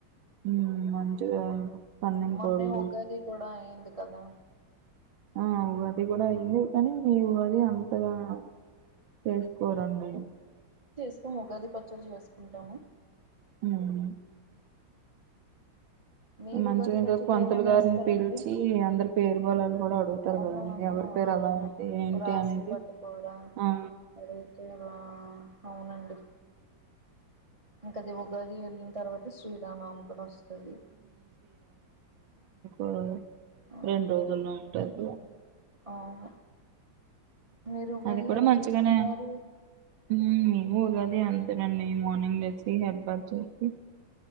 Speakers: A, on the right; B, on the right.
A: ఉమ్ మంచిగా పన్నెం
B: మొన్నే
A: కోళ్ళు
B: ఉగాది కూడా అయింది కదా
A: ఆ ఉగాదీ కూడైంది కానీ ఈ ఉగాది అంతగా చేస్కోరండి
B: సం ఉగాది పచ్చడి జేస్కుంటామూ
A: హ్మ్
B: మీరు
A: మంచిగా
B: ఉగాది పచ్చళ్ళో
A: ఇంకా పంతులు
B: ఏమేమేస్తారండి
A: గారిని పిలిచి అందరి పేరు బలాలు కూడా అడుగుతారు
B: అన్నమన్నమా
A: కదండి ఎవరి పేరు
B: అవునండి
A: అలా ఉంది ఏంటి
B: రాసులు
A: అనేది
B: కట్టుకోడం
A: ఆ
B: అడిత్తే హా అవునండి ఇంకది ఉగాది వెళ్ళిం తర్వాత శ్రీరామ్ నవమి కూడా వస్తది
A: ఆ
B: ఆ
A: రెండ్రోజుల్లో ఉంటదిగా
B: అవును మీరు ఉగాది
A: అది కూడా
B: ఎలా
A: మంచిగనే
B: చేసుకున్నారు
A: మ్ ఉగా ది అంతేనండీ మర్నింగ్ లేచీ హెడ్బాత్ చేసి